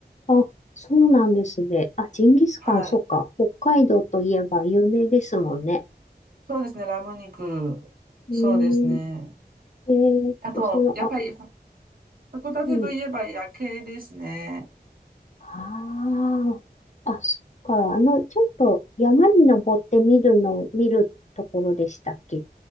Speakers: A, on the left; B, on the right.
A: あ、そうなんですね。あ、ジンギスカン、
B: はい、
A: そうか。北海道といえば有名ですもんね。
B: そうですね、ラム肉、
A: うーん。
B: そうですね。
A: え
B: あと、
A: ー、その、
B: やっぱりは函館といえば夜景ですね。
A: うん。ああ。あ、そっか。あの、ちょっと山に登ってみるの、見るところでしたっけ